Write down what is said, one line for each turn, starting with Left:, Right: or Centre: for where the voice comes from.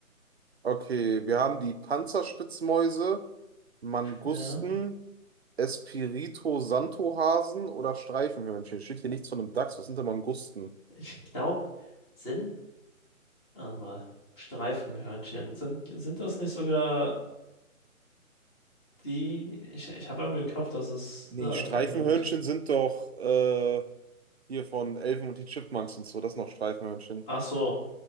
Right: Okay, wir haben die Panzerspitzmäuse, Mangusten,
Left: Ja.
Right: espirito Santo Hasen oder Streifenhörnchen. Steht hier nichts von einem Dachs. Was sind denn Mangusten?
Left: Ich glaube, sind, warte mal, Streifenhörnchen. Sind, sind das nicht sogar die? Ich, ich habe irgendwie im Kopf, dass es
Right: Nee,
Left: da
Right: Streifenhörnchen
Left: Verbindung gibt.
Right: sind doch äh, hier von Elfen und die Chipmunks und so. Das sind noch Streifenhörnchen.
Left: Ach so,